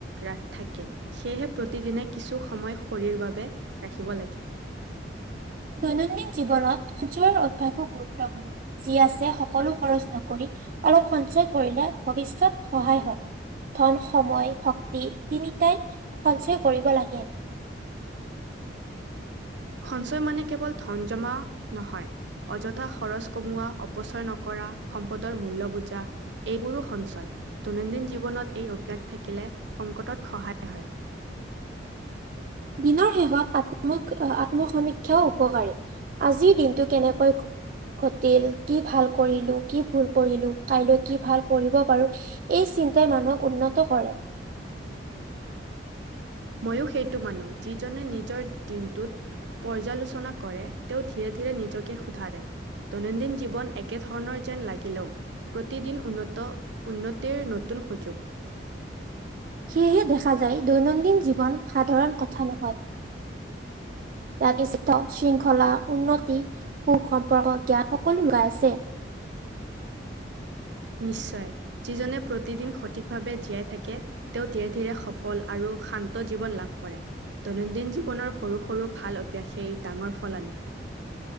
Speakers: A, on the right; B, on the right.
A: ৰাগ থাকে। সেয়ে প্ৰতিদিনে কিছুসময় শৰীৰ বাবে ৰাখিব লাগে।
B: দৈনন্দিন জীৱনত সঞ্চয়ৰ অভ্যাসো গুৰুত্বপূৰ্ণ। যি আছে। সকলো খৰচ নকৰি অলপ সঞ্চয় কৰিলে। ভৱিষ্যত সহায় হয়। ধন সময় শক্তি তিনিটাই সঞ্চয় কৰিব লাগে।
A: সঞ্চয় মানে কেৱল ধন জমা নহয়। অযথা খৰচ কমোৱা অপচয় নকৰা সম্পদৰ মূল্য বুজা। এইবোৰো সঞ্চয় দৈনন্দিন জীৱনত এই অভ্যাস থাকিলে সংকটত সহায় হয়
B: দিনৰ শেষত আত্মক আত্মসমীক্ষাও উপকাৰী আজিৰ দিনটো কেনেকৈ গ'ল? ঘটিল কি ভাল কৰিলো? কি ভুল কৰিলো? কাইলৈ কি ভাল কৰিব পাৰো? এই চিন্তাই মানুহক উন্নত কৰে।
A: ময়ো সেইটো মানুহ যিজনে নিজৰ দিনটোত পৰ্যালোচনা কৰে। তেওঁ ধীৰে ধীৰে নিজকে শুধাৰে। দৈনন্দিন জীৱন একেধৰণৰ যেন লাগিলেও। প্ৰতিদিন উন্নত উন্নতিৰ নতুন সুযোগ।
B: সেয়েহে দেখা যায়। দৈনন্দিন জীৱন সাধাৰণ কথা নহয়। ইয়াত বিশিত শৃংখলা উন্নতি সুখ সম্পৰ্ক জ্ঞান সকলো লুকাই আছে।
A: নিশ্চয় যিজনে প্ৰতিদিন সঠিক ভাৱে জীয়াই থাকে। তেওঁ ধীৰে ধীৰে সফল আৰু শান্ত জীৱন লাভ কৰে। দৈনন্দিন জীৱনৰ সৰু সৰু ভাল অভ্যাসেই ডাঙৰ ফল আনে